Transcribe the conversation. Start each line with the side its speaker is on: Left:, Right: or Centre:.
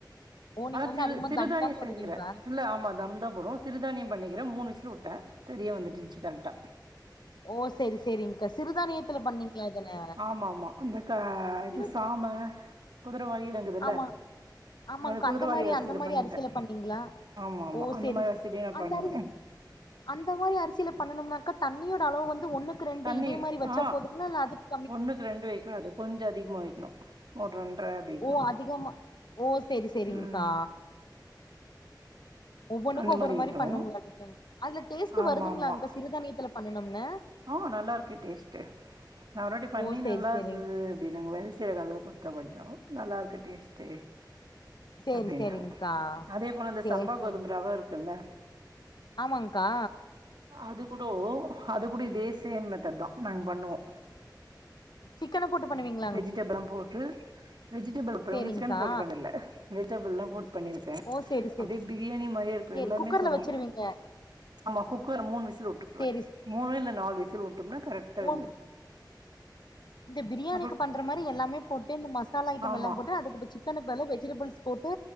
Left: ஓ நீங்க
Right: ஆனா
Left: வந்து
Right: சிறு
Left: அதிகமா
Right: சிறுதானியோ
Left: தம் தா போடுவீங்களா
Right: செஞ்சுக்கிற இல்ல ஆமா தம்தா போடுவோ சிறதானியோ பண்ணிக்கிற மூணு விசில் உட்ட சரியா வந்துட்டுந்துச்சு கரெக்டா
Left: ஓ செரி செரிங்க்கா சிறுதானியத்துல பண்ணீங்களா இதன
Right: ஆமாமா இந்த க இது
Left: சிறுது
Right: சாம குதிரவாளியில துல
Left: ஆமா ஆமாங்க்கா
Right: அத குதிரவாளி
Left: அந்த மாரி
Right: அரிசியில
Left: அந்த மாரி
Right: பண்ணிக்கிற
Left: அரிசில பண்ணீங்களா
Right: ஆமா ஆமா
Left: ஓ
Right: அந்த
Left: சேரி
Right: மாரி
Left: சே
Right: அரிசிலியு நா
Left: அந்த
Right: பண்ணுவ
Left: அரிசி அந்த மாரி அரிசியில பண்ணனும்னாக்கா தண்ணியோட அளவு வந்து ஒண்ணுக்கு ரெண்டு
Right: தண்ணி
Left: இதே மாரி வச்சா
Right: ஆ
Left: போதுங்களா இல்ல அதுக்
Right: ஒண்ணுக்கு ரெண்டு வைக்கூடாது கொஞ்சோ அதிகமா வைக்கணு ஒரு ரெண்ர அப்டி வைக்கனு
Left: ஓ அதிகமா ஓ சேரி சேரிங்க்கா
Right: ம்
Left: ஒவ்வொண்ணுக்கு
Right: அந்த
Left: ஒவ்வொரு மாரி
Right: வைக்கணு
Left: பண்ணுங்ளாட்க்டுங் அதுல டேஸ்ட்டு
Right: ஆமா
Left: வருதுங்களாங்க
Right: ஆமா
Left: சிறுதானியத்துல பண்ணனும்ன
Right: ஆ நல்லா இருக்கே டேஸ்ட்டு நா ஓருவாட்டி பண்ணி
Left: ஓ சேரி
Right: நல்லா
Left: சேரிங்
Right: இருந்தது அப்டின்னாங்க வேல செய்ரக்காகு குடுத்த கொஞ்சோ நல்லா இருக்கு டேஸ்ட்டு
Left: சேரி
Right: அப்டின்னாங்க
Left: சேரிங்க்கா
Right: அதே போல இந்த
Left: சேரி
Right: சம்பா
Left: சேரி
Right: கோதும ரவ இருக்குல்ல
Left: ஆமாங்க்கா
Right: அது கூடோ அது கூட இதே சேம் மெத்தட் தா நாங்க பண்ணுவோ
Left: சிக்கன போட்டு பண்ணுவீங்ளா
Right: வெஜிடபிளா போட்டு வெஜிடபிள் பிரௌன்ஸ்ன்
Left: சேரிங்க்கா
Right: போட்டு பண்ணல வெஜிடபிள்ல்லா போட்டு பண்ணி க
Left: ஓ சேரி சேரி
Right: அப்டியே பிரியாணி மாரியே இருக்கு
Left: சேரி
Right: எல்லாமே
Left: குக்கர்ல
Right: சொல்லுவோங்க
Left: வச்சிருவீங்க
Right: ஆமா குக்கர் மூணு விசில் உட்டுறவ
Left: சேரி
Right: மூணு இல்ல நாலு விசில் உட்டோம்னா கரெக்டா வெந்துரு
Left: ஓ இந்த பிரியாணிக்கு
Right: அப்றோ
Left: பண்ற மாரி எல்லாமே போட்டு இந்த மசாலா ஐட்டம்
Right: ஆமா
Left: எல்லா போட்டு அதுக்குபச்ச சிக்கனுக் பதிலா வெஜிடபிள்ஸ் போட்டு